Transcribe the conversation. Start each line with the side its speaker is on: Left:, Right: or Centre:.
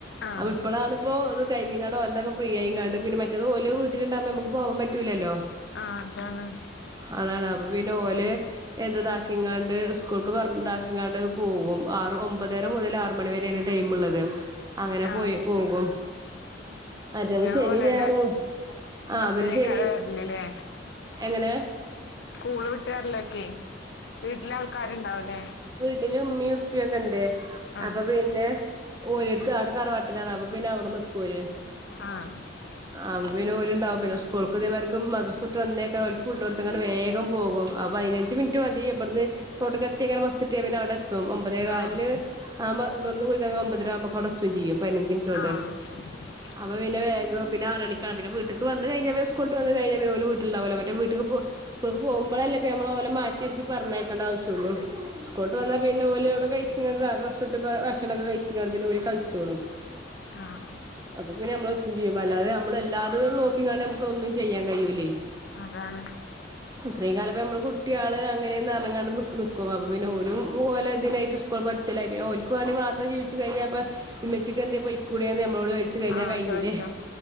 Left: ആഹ്
Right: അപ്പൊ ഇപ്പോളാണ് ഇപ്പോ കഴിഞ്ഞ്ങ്ങാണ്ട് ഓലത്തൊക്കെ ഫീ ആയിങ്ങണ്ട് പിന്നെ മറ്റത് ഓലോീിലണ്ടാുമ്പോ നമുക്ക് പോവാൻ പറ്റൂലല്ലോ
Left: ആഹ് അതാണ്
Right: അതാണ് അപ്പൊ പിന്നെ ഓലെ എന്തതാക്കി ഇങ്ങാണ്ട് സ്കൂൾക്ക് പറതാക്കി ഇങ്ങാണ്ട് പോകും ആറ് ഒമ്പതര മുതൽ ആറ് മണിവരെയാണ് ടൈമ് ഉള്ളത് അങ്ങനെ
Left: ആഹ്
Right: പോയി പോകും മറ്റേത്
Left: ഇങ്ങളെ
Right: ശനി
Left: പോലെന്നെ
Right: നേറും ആഹ്
Left: ബസ്സിലേക്കാരം
Right: പിന്നെ ശനി
Left: വരല്ല്ലേ
Right: എങ്ങനെ
Left: സ്കൂള് വിട്ടുകാരലോക്കെ വീട്ടിലെ ആൾക്കാര്ണ്ടാവല്ലേ
Right: വീട്ടില ഉമ്മി ഉപ്പിയൊക്കെ ഉണ്ട്
Left: ആഹ്
Right: അപ്പൊ പിന്നെ ഓരിടുത്ത് അവിടെ തറവാട്ടിലാണ് അപ്പൊ പിന്നെ അവിടെ നിക്കുഅവര്
Left: ആഹ്
Right: ആഹ് പിന്നെ ഓല് ഉണ്ടുംന്നെ സ്കൂൾക്ക് തിൻമാർക്കും മദ്രസ് വിട്ട്ന്നേക്ക അങ്ങ വേഗം പോകും അപ്പൊ അതിനഞ്ച് മിനിറ്റ് മതി എവിടുന്ന് റോട്ടിൽ എത്തി അങ്ങനെ മസ്ട്ട പിന്നെ അവിടെ ഒമ്പതേകാൽന്
Left: ആഹ്
Right: ആഹ് വെറുെയിക്ക അമ്പതിരരാകുമ്പൊക്ക കടത്തും ചെയ്യും പതിനഞ്ച് മീനിട്ടോണ്ട്
Left: ആഹ് <inaudible>
Right: അപ്പ പിന്ന വേഗം പിന്നാറണിക്കണം പിെ വീട്ടക്ക് വന്ന് കഴിഞ്ഞാൽ സ്കൂള് വന്ന് കഴിഞ്ഞ ഓ വീട്ടിലണ്ടാവുമോ മറ്റേ വീട്ട്ക്ക് സ്കൂളക്ക് പോകുമ്പോളല്ലേ നമ്മള് ഓലെ മാറ്റി ഒരിക്കി പറഞ്ഞേക്കണ്ട ആവശ്യുള്ളു സ്കൂള്ട്ട് വന്നാ പിന്നെ പോലും അവി കഴ്ച്ച് ക ഡ്രസ് ഇട്ട് ഭക്ഷണൊക്കെ കഴിച്ചു കാ പിന്നെ ഒരുര് കളിച്ചോളും
Left: ആഹ്
Right: അപ്പൊ പിന്നെ നമ്മള ഒത്തും ചെയ്യും അല്ലാതെ നമ്മളല്ലാതെ നോക്കിക്കണ്ട് നമുക്ക് ഒന്നും ചെയ്യാൻ കഴിയൂലെയ്
Left: അതാണ്
Right: ഇത്രയും കാലം ഇപ്പ നമ്മള് കുട്ടിയാണ് അങ്ങനെയർഞ്ഞാങ്ങാണ്ട് നിക്കുണ് അപ്പ പിന്നെ ഒരു പോലെ ഇതിനായിട്ട് സ്കൂൾ പഠിച്ചില്ലേ പിന്നെ ഒരുക്ക് വേണ്ടി മാത്രം ജീവിച്ചു ച്ചു കഴിഞ്ഞപ്പ ഇമ്മച്ചിക്ക് എന്തേ പൊയ്ക്കൂടെന്ന് നമ്മളോട് ചോയിച്ച് കഴിഞ്ഞാ
Left: ആഹ്
Right: കഴിഞ്ഞില്ലേ
Left: ചോയിച്ചോ